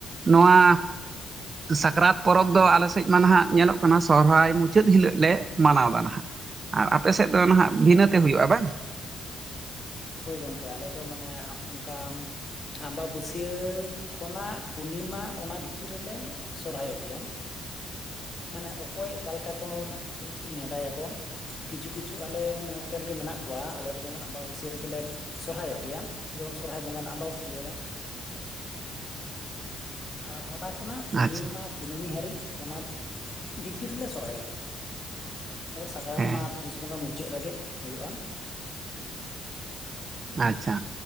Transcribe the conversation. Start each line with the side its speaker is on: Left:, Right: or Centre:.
Right: ᱱᱚᱣᱟ ᱥᱟᱠᱨᱟᱛ ᱯᱚᱨᱚᱵᱽ ᱫᱚ ᱟᱞᱮ ᱥᱮᱫ ᱢᱟ ᱱᱟᱦᱟᱜ ᱧᱮᱞᱚᱜ ᱠᱟᱱᱟ ᱥᱨᱦᱟᱭ ᱢᱩᱪᱟᱹᱫ ᱦᱤᱞᱳᱜ ᱞᱮ ᱢᱟᱱᱟᱣᱫᱟ ᱱᱷᱟᱜ ᱟᱨ ᱟᱯᱮ ᱥᱮᱫ ᱫᱚ ᱱᱟᱦᱟᱜ ᱵᱷᱤᱱᱟᱹᱛᱮ ᱦᱩᱭᱩᱜᱼᱟ ᱵᱟᱝ?
Left: ᱦᱳᱭ ᱜᱚᱝᱠᱮ ᱟᱞᱮ ᱫᱚ ᱢᱟᱱᱮ ᱟᱯ ᱚᱝᱠᱟ ᱟᱢᱵᱟᱵᱟᱹᱥᱭᱟᱹ ᱠᱷᱚᱱᱟᱜ ᱯᱩᱨᱱᱤᱢᱟ ᱚᱱᱟ ᱵᱷᱤᱛᱤᱨ ᱨᱮᱞᱮ ᱥᱚᱨᱦᱟᱭᱚᱜ ᱜᱮᱭᱟ ᱢᱟᱱᱮ ᱚᱠᱚᱭ ᱚᱠᱟᱞᱮᱠᱟ ᱠᱚ ᱱᱮᱰᱟᱭᱟᱠᱚ ᱠᱤᱪᱷᱩ ᱠᱤᱪᱷᱩ ᱟᱞᱮ ᱱᱚᱛᱮ ᱨᱮᱜᱮ ᱢᱮᱱᱟᱜ ᱠᱚᱣᱟ ᱟᱞᱮ ᱫᱚ ᱡᱮᱢᱚᱱ ᱟᱸᱵᱟᱵᱟᱹᱥᱭᱟᱹ ᱨᱮᱜᱮ ᱠᱞᱮᱢ ᱥᱚᱨᱦᱟᱭ-ᱚᱜ ᱜᱮᱭᱟ ᱡᱮᱢᱚᱱ ᱥᱚᱨᱦᱟᱭ ᱵᱚᱸᱜᱟ ᱨᱮᱱᱟᱜ ᱟᱢᱵᱟᱵᱟᱹᱥᱭᱟᱹ ᱨᱮ ᱟᱨ ᱚᱱᱟ ᱠᱷᱚᱱᱟᱜ ᱯᱩᱱᱱᱤᱢᱟ
Right: ᱟᱪᱪᱷᱟ
Left: ᱠᱩᱱᱟᱹᱢᱤ ᱦᱟᱹᱨᱤᱡ ᱚᱱᱟ ᱵᱷᱤᱛᱤᱨ ᱨᱮᱞᱮ ᱥᱚᱨᱦᱟᱭ-ᱚᱜ ᱜᱮᱭᱟ ᱛᱟᱯᱚᱨ ᱥᱟᱠᱨᱟᱛ
Right: ᱦᱮᱸ
Left: ᱢᱟ ᱯᱩᱥ ᱵᱚᱸᱜᱟ ᱢᱩᱪᱟᱹᱫ ᱨᱮᱜᱮ ᱦᱩᱭᱩᱜᱼᱟ
Right: ᱟᱪᱪᱷᱟ